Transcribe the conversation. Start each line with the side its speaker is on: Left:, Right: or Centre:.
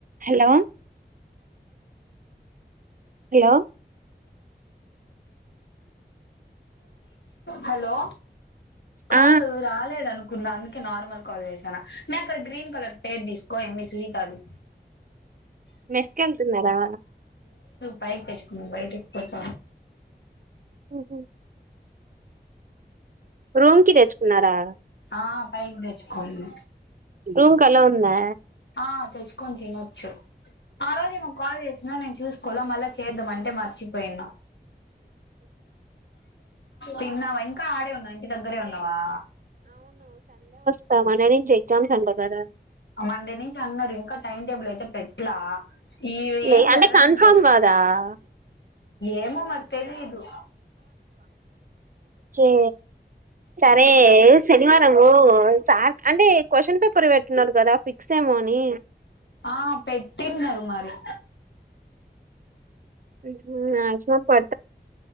Right: హలో హలో
Left: హలో కాలు
Right: ఆ
Left: రాలేద అనుకున్న అందుకే నార్మల్ కాల్ చేసాను నే అక్కడ గ్రీన్ కలర్ పేర్ తీసుకో ఎం మీ సునీత అది
Right: మెస్క వెలితున్నారా
Left: బైక్ తెచ్చుకు బయటకి పోత
Right: ఉహ రూమ్ కి తెచ్చుకున్నారా
Left: ఆ పైకి తెచ్చుకోండి
Right: రూమ్ కలా ఉందా
Left: ఆ తెచ్చుకొని తినొచ్చు ఆ రోజు మాకు కాల్ చేసినవ్ నేను చూసుకు కోల మళ్ళ చేద్దాం అంటే మర్చిపోయినా తిన్నావా ఇంకా ఆడే ఉన్నావా ఇంటి దగ్గరే ఉన్నావా
Right: స మం డే నుంచి ఎగ్జామ్స్ అంటకదా
Left: మండే నుంచి అన్నారు ఇంకా టైం టేబుల్ అయితే పెట్లా ఈ
Right: లే
Left: ఏం
Right: అంటే
Left: జరగడం
Right: కన్ఫమ్
Left: లేదులే
Right: కదా ఆ
Left: ఏమో మరి తెలీదు
Right: రే సరే శనివారము సార్ అంటే క్వశ్చన్ పేపర్ పర్ పెట్టినారు కదా ఫిక్స్ ఏమో అని
Left: ఆ పెట్టిన్నరు మరి
Right: మాక్సిమం ప